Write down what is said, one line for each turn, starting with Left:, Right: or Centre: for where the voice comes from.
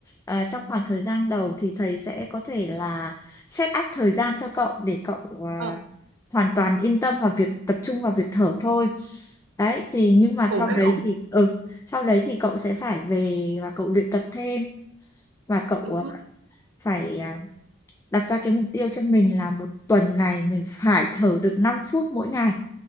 Left: à, trong khoảng thời gian đầu thì thầy sẽ có thể là set up thời gian cho cậu để cậu à,
Right: ờ
Left: hoàn toàn yên tâm vào việc tập trung vào việc thở thôi. Đấy, thì nhưng mà
Right: ổn
Left: sau
Right: đấy
Left: đấy
Right: ổn
Left: thì
Right: đấy.
Left: ừ sau đấy thì cậu sẽ phải về và cậu luyện tập thêm và cậu ờ,
Right: đúng không
Left: phải ờ, đặt ra cái mục tiêu cho mình là một tuần này mình phải thở được 5 phút mỗi ngày.